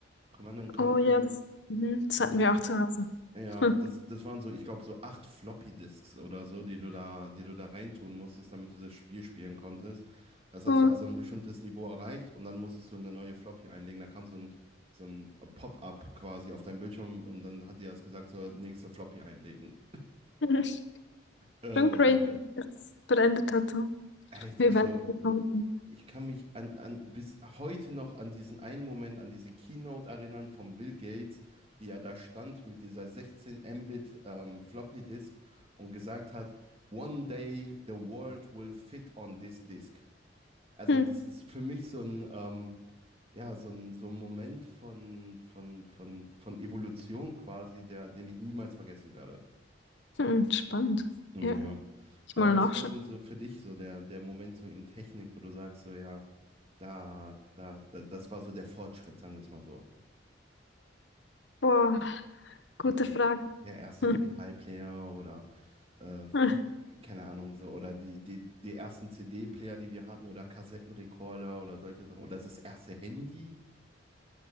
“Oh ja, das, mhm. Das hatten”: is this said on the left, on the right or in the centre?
Left